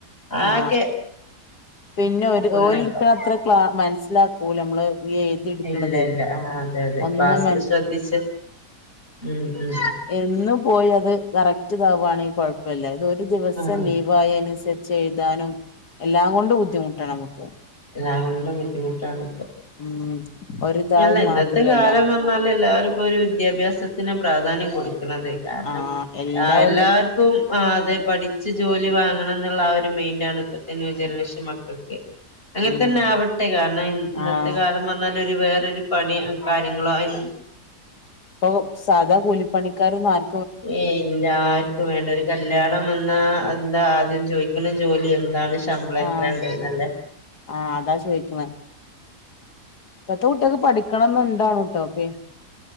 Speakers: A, on the left; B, on the left.
A: ആകെ
B: ആ പിന്നെ ഒരു
A: പുണ്ണാക്കാവും
B: ഓല് എടുക്കണത്ര ക്ലാ മനസ്സിലാക്കൂ നമ്മള് ഈ എഴുതി എടുക്കണത്
A: ഇല്ല ഇല്ല അ അതെ തെ
B: ഒന്നും
A: ക്ലാസ്സിൽ ശ്രദ്ധിച്ച് ഉം ഉം
B: എന്ന് പോയി അത് കറക്റ്റ് ഇത് വാണെകിൽ കുഴപ്പില്ല ഇതൊരു ഒരു ദിവസം
A: ഉം ആ
B: ലീവായ അനുസരിച്ച് എഴുതാനും എല്ലാകൊണ്ട് ബുദ്ധിമുട്ടാണ് നമുക്ക്
A: ഞാണ്ട് ബുദ്ധിമുട്ടാണ് ഇപ്പ
B: ഉം ഒരിതായി
A: അല്ല ഇന്നത്തെ
B: മാത്രല്ലല്ലോ
A: കാലം പറഞ്ഞാല് എല്ലാവരും ഇപ്പോ ഒരു വിദ്യാഭ്യാസത്തിന് പ്രാധാന്യം കൊടുക്കു ന്നത് കാരണം
B: ആഹ് എല്ലാ
A: ആ എല്ലാർക്കും
B: ഒരു
A: ആ അതെ പഠിച്ച് ജോലി വാങ്ങണം എന്നുള്ള ആ ഒരു മെയിന്റ ആണ് ഇപ്പത്തെ ന്യൂ ജനറേഷൻ മക്കൾക്ക് അങ്ങനെത്തന്നെ
B: ഉം
A: ആവട്ടെ കാരണം ഇന്ന ഇന്നത്തെ
B: ആഹ്
A: കാലം പറ ഒരു വേറൊരു പണി കാര്യങ്ങളോ അയി
B: ഇപ്പൊ സാധാ കൂലിപ്പണിക്കാരന്ന്ർ
A: ഏ എല്ലാർക്കും വേണ്ട ഒരു കല്യാണം വന്നാ എന്താ ആദ്യം ചോദിക്കുന്ന ജോലി എന്താണ് ശമ്പളം എത്ര
B: ആഹ്
A: ഉണ്ടാന്നല്ലേ
B: ആഹ് അതാ ചോദിക്കണെ ഇപ്പത്തെ കുട്ടക്ക് പഠിക്കണംന്ന ഇണ്ടണ ട്ടോപ്പ